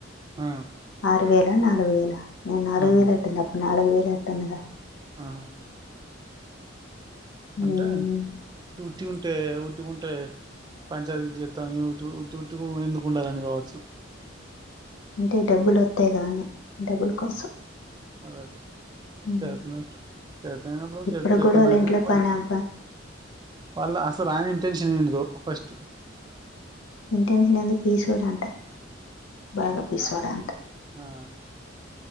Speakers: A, on the right; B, on the left.
A: ఆ
B: మూడువేల నాలుగు వేల నేను నాలుగు
A: ఆహా
B: వేల ఎత్తాండె అప్పుడు నాలుగు వేలు ఎత్తాన్నెగా
A: ఆ
B: ఉమ్,
A: అంటే దుతి ఉంటాయి ఉత్తవి ఉంటాయి పంచాయతీ చేత్త ఈ ఉట్టి ఉట్టీ <unintelligible> ఎందుకు ఉండాలని గావచ్చు
B: అంటే డబ్బులు ఒత్తాయి గా అనీ డబ్బుల కోసం
A: అదాదే
B: ఉమ్.
A: చేతనప్పు చేత అయినప్పుడు
B: ఇప్పుడు
A: చేత్తన
B: కూడా వాళ్ళ ఇంట్లో
A: గానీ వ
B: పని పని
A: వాళ్ళ అసలు ఆయన ఇంటెన్షన్ ఏంటిదో ఫస్టు
B: ఇంటెషన్ ఏంది పీసోడు అంట బాగా పీసోడ్ అంట
A: ఆ